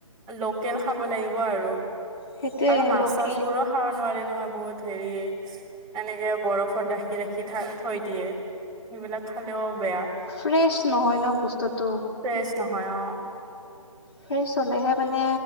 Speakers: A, on the right (about 15°); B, on the left (about 45°).
A: লোকেল খাব লাগিব আৰু।
B: সেইটোৱে
A: আৰু মাছ
B: লোকেল
A: চাছ বোৰো খাব নোৱাৰি নহয় বহুত হেৰি। এনেকে বৰফত ৰাখি ৰাখি থৈ দিয়ে, সেইবিলাক খালেও বেয়া।
B: ফ্ৰেছ নহয় ন বস্তুটো?
A: ফ্ৰেছ নহয় অঁ।
B: ফ্ৰেছ হলেহে মানে